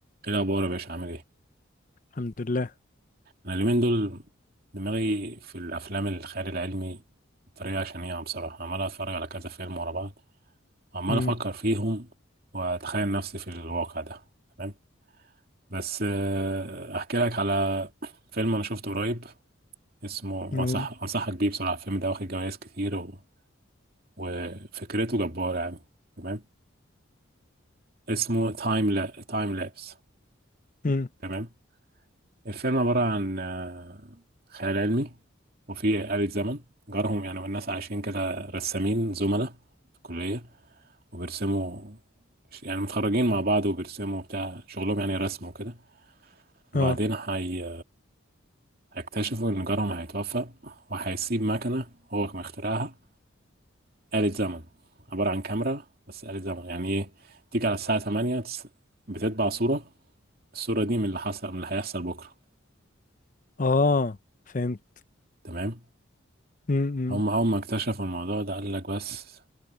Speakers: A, on the right (about 50°); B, on the left (about 40°).
A: ايه الاخبار يا باشا عامل ايه
B: الحمد لله
A: انا اليومين دول دماغي في الافلام الخيال العلمي بطريقه شنيعه بصراحه عمال اتفرج على كذا فيلم ورا بعض وعمال
B: امم
A: افكر فيهم واتخيل نفسي في الواقع ده تمام بس آه، احكي لك على فيلم انا شفته قريب اسمه وانصح
B: يو-
A: انصحك بيه بصراحه الفيلم ده واخد جوائز كتير و... وفكرته جباره يعني تمام اسمه تايم لا تايم لابس
B: امم
A: تمام الفيلم عبارة عن آه، خيال علمي وفي آلة زمن جارهم يعني والناس عايشين كده رسامين زملاء في الكلية وبيرسموا يعني متخرجين مع بعض وبيرسموا بتاع شغلهم يعني رسم وكده وبعدين
B: اه
A: هي... هيكتشفوا إن جارهم هيتوفى وهيسيب مكنة هو كان مخترعها آلة زمن عبارة عن كاميرا بس آلة زمن يعني إيه تيجي على الساعة 8 تس- بتتبع صورة الصورة دي من اللي حصل من اللي هيحصل بكرة
B: اه فهمت
A: تمام
B: امم
A: هم أول ما اكتشفوا الموضوع ده قال لك بس